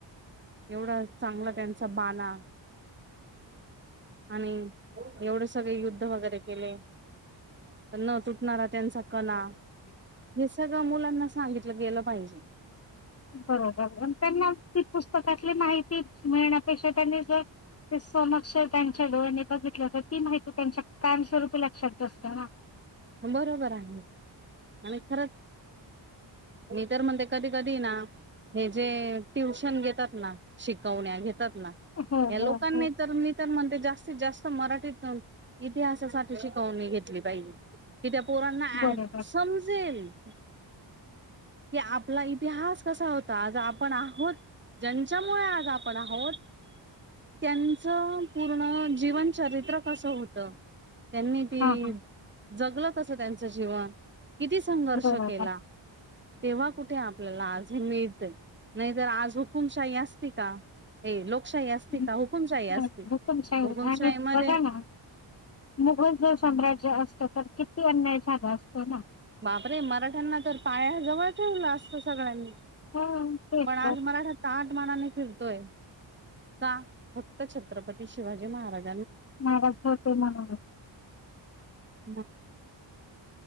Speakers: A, on the right (about 25°); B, on the left (about 30°).
A: एवढा चांगलं त्यांचा बाणा आणि एवढे सगळे युद्ध वगैरे केले तर न तुटणारा त्यांचा कणा हे सगळं मुलांना सांगितलं गेलं पाहिजे
B: बरोबर त्यांना ती पुस्तक त्यातली माहिती मिळण्यापेक्षा त्यांनी जर ते समक्ष त्यांच्या डोळ्याने बघितलं तर ती माहिती त्यांच्या काम स्वरूपी लक्षात बसतंना
A: बरोबर आहे आणि खरं मी तर म्हणते कधी कधी ना हे जे ट्युशन घेतात ना शिकवण्या घेततात
B: हो
A: या लोकांनी
B: हो हो
A: तर म्हणते जास्तीत जास्त मराठीत इतिहासासाठी शिकवणी घेतली पाहिजे कि त्या पोरांना
B: बरोबर
A: ऍट समजेल कि आपला इतिहास कसा होता. आज आपण आहोत ज्यांच्यामुळे आज आपण आहोत. त्यांचं पूर्ण जीवनचरित्र कसं होतं त्यांनी ती
B: हा हा
A: जगलं कसं त्यांचं जीवन किती संघर्ष
B: बरोबर
A: केला. तेव्हा कुठे आपल्याला आज हे मिळतय. नाही तर आज हुकुमशाही असती का हे लोक लोकशाही असती
B: हं,
A: का हुकुमशाही असती
B: हो, तुमच्या
A: हुकुमशाही
B: आणि
A: मध्ये
B: बघा ना मुघल जर साम्राज्य असत. तर किती अन्याय झाला असता ना
A: बापरे! मराठ्यांना तर पाया जव ठेवला असत सगळ्यांनी
B: हो तेच
A: पण आज
B: तर
A: मला अस तान. नाने फिरतोय का फक्त छत्रपती शिवाजी महाराज.
B: माराज होते म्हणून.
A: <inaudible>